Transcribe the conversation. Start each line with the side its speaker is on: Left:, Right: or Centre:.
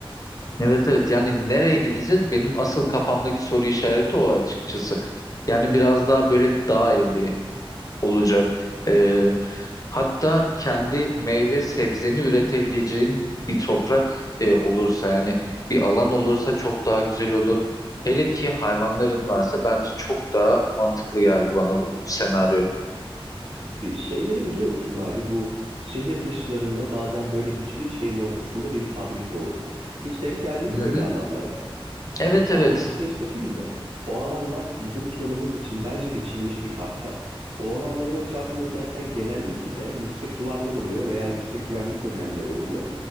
Left: Evet evet yani nereye gideceğiz? Benim asıl kafamdaki soru işareti o açıkçası. Yani biraz daha böyle dağ evi, olacak. Ee, hatta kendi meyve sebzeni üretebileceğin bir toprak e, olursa yani bir alan olursa çok daha güzel olur. Hele ki hayvanların varsa bence çok daha mantıklı geldi bana bu senaryo.
Right: Bir şeyleri biliyor musun abi? Bu şehir dışlarında bazen böyle hiçbir şeyin ortasında bir fabrika olur. Hiç denk geldin
Left: Hı
Right: mi öyle
Left: hı.
Right: alanlara?
Left: Evet evet.
Right: Abi bir şey söyleyeyim mi? O alanlar bizim planımız için bence biçilmiş bir kaftan. O alanların etrafında zaten genellikle yüksek duvarlar oluyor veya yüksek güvenlik önlemleri oluyor.